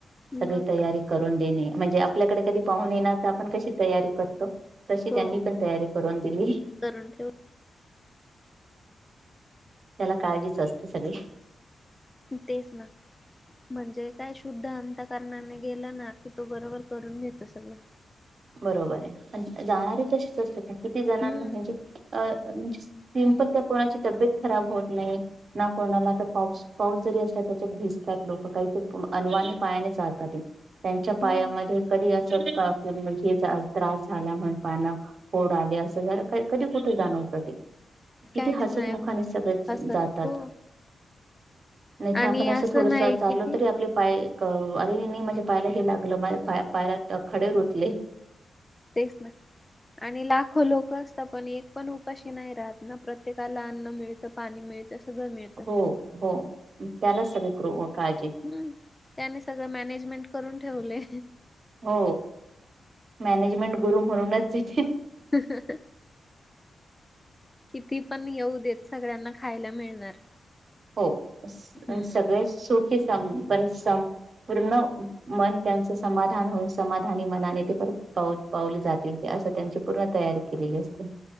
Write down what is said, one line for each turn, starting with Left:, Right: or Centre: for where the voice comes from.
Right: सगळी
Left: मग
Right: तयारी करून देणे म्हणजे आपल्याकडे कधी पाहून येणार तर आपण कशी तयारी करतो तशी
Left: हो
Right: त्यांनी पण तयारी करून दिली
Left: करून ठेव
Right: त्याला काळजीच असतं सगळे
Left: तेच ना म्हणजे काय शुद्ध अंतकारणाने गेला ना की तो बरोबर करून घेतो सगळं
Right: बरोबर आहे जाणारी तशीच असते का किती जणांना
Left: हम्म
Right: म्हणजे अ म्हणजे सम पण त्या कोणाची तब्येत खराब होत नाही ना कोणाला तर पाऊस पाऊस जरी असला त्याच्यात भिजतात लोक काहीत अन्वाने पायाने जचालतात ते त्यांच्या पायामध्ये
Left: हम्म
Right: कधी असत का क त्रास झाला म्हण पाना फोड आले असं झा कधी कुठे जाण होतं ते किती
Left: काहीच
Right: हसत
Left: नाही
Right: मुखाने
Left: होत
Right: सगळ
Left: हसत
Right: जातात
Left: हो
Right: नाहीतर
Left: आणि
Right: आपण असं थोडस
Left: नाही
Right: चालो
Left: कि ती
Right: तरी आपले पाय अरे नाही माझ्या पायला हे लागलंझ पा पायरत खडे रोतले
Left: तेच ना आणि लाखो लोक असतात पण एक पण उपाशी नाही राहत ना प्रत्येकाला अन्न मिळतं पाणी मिळतं स मि
Right: हो हो त्यालाच सगळी ग्र काळजी
Left: हम्म त्याने सगळं मॅनेजमेंट करून ठेवले
Right: हो मॅनेजमेंट गुरु म्हणूनच तिथे
Left: ह किती पण येऊ देत सगळ्यांना खायला मिळणार
Right: हो सगळे
Left: हम्म
Right: सुखे सम बरेच सम पूर्ण मन त्यांचं समाधान होईन समाधानी मनाने ते परत पा पावली जातील की असं त्यांची पूर्ण तयारी केलेली असते